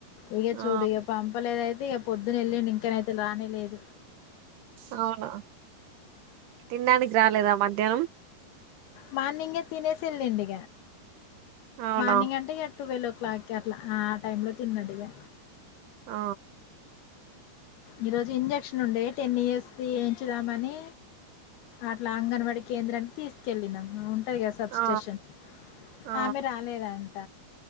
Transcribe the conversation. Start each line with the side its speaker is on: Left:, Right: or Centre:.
Left: ఇక చూడు
Right: ఆ
Left: ఇక పంపలేదైతే అ ఇక పొద్దున వెళ్ళండి ఇంకనైయితే రానిలేదు
Right: అవునా తినడానికి రాలేదా మధ్యాహ్నం
Left: మార్నింగే తినేసే వెళ్లిండు
Right: అవునా
Left: మార్నింగ్ అంటే ఎట్ ట్వెల్వ్ ఓ క్లాక్ అట్లా టైంలో తిన్నడిగా
Right: ఆ
Left: ఈరోజు ఇంజక్షన్ ఉండేవి టెన్ ఇయర్స్ ఎంచుదామని అట్లా అంగన్వాడీ కేంద్రానికి తీసు కెళ్ళినం అవును క సబ్స్టేషన్
Right: ఆ ఆ
Left: ఆమె రాలేదంట